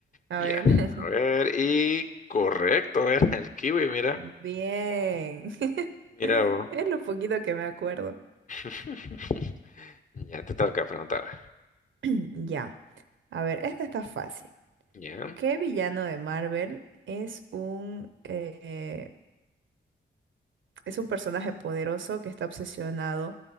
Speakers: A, on the right; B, on the left.
A: A
B: Ya,
A: ver. <laughs>
B: a ver, y correcto, <laughs> era el kiwi, mira,
A: Bien. <laughs>
B: mira vos.
A: Es lo poquito que me acuerdo.
B: <laughs> Ya te toca preguntar.
A: <clears throat> Ya. A ver, esta está fácil.
B: Ya.
A: ¿Qué villano de Marvel es un, eh, es un personaje poderoso que está obsesionado